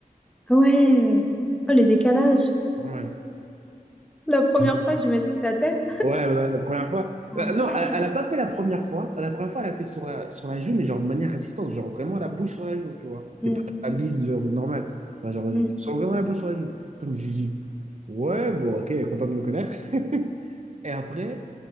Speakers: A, in the centre; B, on the right (about 50°).
A: Ah ouais. Oh, le décalage.
B: Normal.
A: La première
B: J'ai-
A: fois, j'imagine ta tête.
B: Ouais, ouais, la première fois.
A: Ah
B: Euh, non,
A: Ouais.
B: elle, elle a pas fait la première fois. La première fois, elle a fait sur la, sur la joue, mais genre de manière insistante, genre vraiment la bouche sur la joue, tu vois. C'était
A: Mm,
B: pas genre la bise, genre normale. Enfin, genre,
A: mm.
B: tu sens vraiment la bouche sur la joue. Après, je me suis dit, ouais, bon, ok, elle est contente de me connaître. <laughs> Et après,